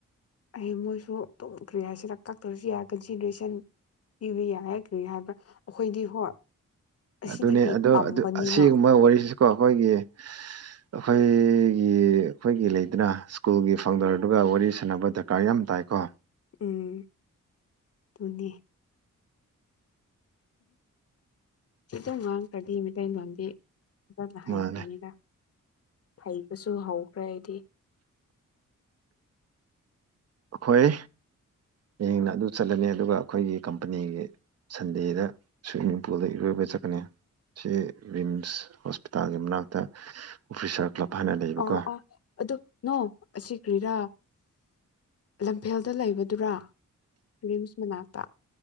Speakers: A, on the left; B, on the right.
A: ꯑꯩ ꯃꯣꯏꯁꯨ ꯇꯨꯝ ꯀꯔꯤꯍꯥꯏꯁꯤꯔ ꯀꯛꯇ꯭ꯔꯁꯨ ꯌꯥꯏ ꯀꯟꯁꯤꯗꯔꯦꯁꯟ꯫ ꯄꯤꯕ ꯌꯥꯔꯦ ꯀꯔꯤ ꯍꯥꯏꯕ꯭ꯔꯥ ꯑꯩꯈꯣꯏꯗꯤ ꯍꯣꯏ ꯑꯁꯤꯗꯒꯤ
B: ꯑꯗꯨꯅꯦ ꯑꯗꯣ
A: ꯇꯝꯕꯅꯤꯅ
B: ꯑꯁꯤꯒꯨꯝꯕ ꯋꯥꯔꯤꯁꯤꯁꯨꯀꯣ ꯑꯩꯈꯣꯏꯒꯤ ꯑꯩꯈꯣꯏꯒꯤ ꯑꯩꯈꯣꯏꯒꯤ ꯂꯩꯗꯅ ꯁ꯭ꯀꯨꯜꯒꯤ ꯐꯥꯎꯟꯗꯔꯗꯨꯒ ꯋꯥꯔꯤ ꯁꯥꯟꯅꯕ ꯗꯔꯀꯥꯔ ꯌꯥꯝ ꯇꯥꯏ ꯇꯏꯀꯣ꯫
A: ꯎꯝ ꯑꯗꯨꯅꯤ꯫ ꯁꯤꯇꯪ ꯉꯥꯡꯈ꯭ꯔꯗꯤ ꯃꯩꯇꯩ ꯃꯥꯡꯗꯤ꯫ ꯖꯠꯅ ꯍꯥꯏꯌꯦꯈ꯭ꯔꯅꯤꯗ꯫
B: ꯃꯥꯅꯦ
A: ꯍꯩꯕꯁꯨ ꯍꯧꯈ꯭ꯔꯦ ꯑꯩꯗꯤ꯫
B: ꯑꯩꯈꯣꯏ ꯍꯌꯦꯡꯅ ꯑꯗꯨ ꯆꯠꯂꯅꯤ ꯑꯗꯨꯒ ꯑꯩꯈꯣꯏꯒꯤ ꯀꯝꯄꯅꯤꯒꯤ ꯁꯟꯗꯦꯗ ꯁꯨꯏꯃꯤꯡ ꯄꯨꯜꯗ ꯏꯔꯣꯏꯕ ꯆꯠꯀꯅꯤ꯫ ꯁꯤ ꯔꯤꯝꯁ ꯍꯣꯁꯄꯤꯇꯥꯜꯒꯤ ꯃꯅꯥꯛꯇ ꯑꯣꯐꯤꯁꯥꯔ ꯀ꯭ꯂꯕ ꯍꯥꯏꯅ ꯂꯩꯕꯀꯣ
A: ꯑ ꯑꯣ ꯑꯗꯨ ꯅꯣ ꯑꯁꯤ ꯀ꯭ꯔꯤꯔꯥ꯫ ꯂꯝꯐꯦꯜꯗ ꯂꯩꯕꯗꯨꯔꯥ ꯔꯤꯝꯁ ꯃꯅꯥꯛꯇ꯫